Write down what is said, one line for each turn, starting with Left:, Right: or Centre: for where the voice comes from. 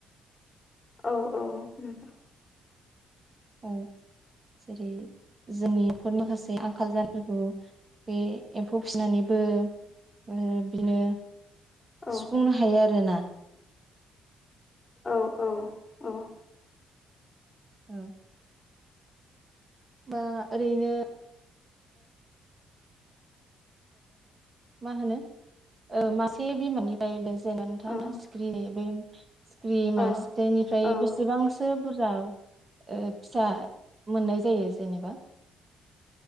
Left: औ औ नोंथां
Right: औ जेरै जोंनि नखरनि माखासे आंखाल जानायफोरखौ बे एम्फौ फिसिनानैबो ओ बिनो
Left: औ
Right: सुफुंनो हायो आरोना।
Left: औ औ औ।
Right: औ। बा ओरैनो मा होनो? ओ मासे बिमानिफ्राय बे जेन नोंथां
Left: औ
Right: दा सिखिरि बे सिख्रि मासेनिफ्राय
Left: औ होमबा
Right: बेसेबांसो बुरजा ओ फिसा मोननाय जायो जेनेबा?